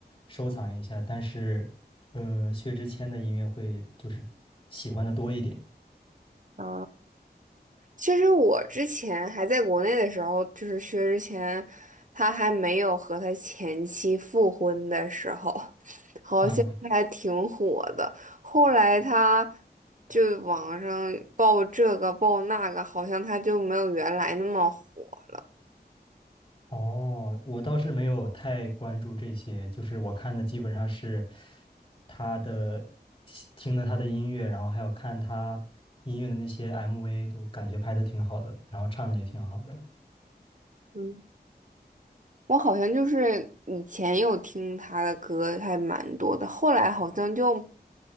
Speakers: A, on the left; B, on the right.
A: 收藏一下，但是，呃，薛之谦的音乐会就是喜欢的多一点。
B: 嗯，其实我之前还在国内的时候，就是薛之谦，他还没有和他前妻复婚的时候，<laughs> 好像他还挺火的。
A: <laughs> 啊。
B: 后来他就网上爆这个爆那个，好像他就没有原来那么火了。
A: 哦，我倒是没有太关注这些，就是我看的基本上是他的，听了他的音乐，然后还有看他音乐的那些 MV，都感觉拍的挺好的，然后唱的也挺好的。
B: 嗯。我好像就是以前有听他的歌还蛮多的，后来好像就